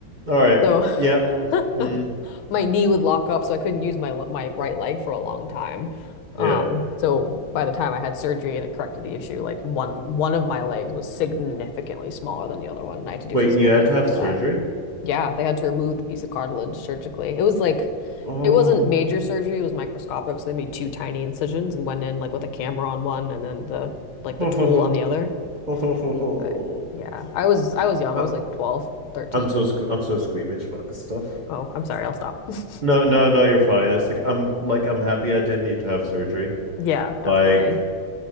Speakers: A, on the right (about 30°); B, on the left (about 85°).
A: All right.
B: so
A: Yeah.
B: <laughs>
A: Mm,
B: my knee would lock up, so I couldn't use my le- my right leg for a long time. Um,
A: yeah.
B: so by the time I had surgery and it corrected the issue, like one one of my legs was significantly smaller than the other one, and I had to do
A: Wait,
B: physical
A: you had
B: therapy
A: to have
B: for
A: surgery?
B: that. Yeah, they had to remove the piece of cartilage surgically. It was like
A: Oh,
B: it wasn't major surgery, it was microscopic, so they made two tiny incisions and went in like with a camera on one and then the
A: <laughs>
B: like
A: ho,
B: the tool
A: ho, ho,
B: on the other.
A: ho, ho, ho, ho.
B: But yeah, I was
A: I,
B: I was young. I
A: I,
B: was like 12, 13.
A: I'm so sque- I'm so squeamish about this stuff.
B: Oh, I'm sorry, I'll stop. <laughs>
A: No, no, no, you're fine. It's like I'm like I'm happy I didn't need to have surgery.
B: Yeah, definitely.
A: Like,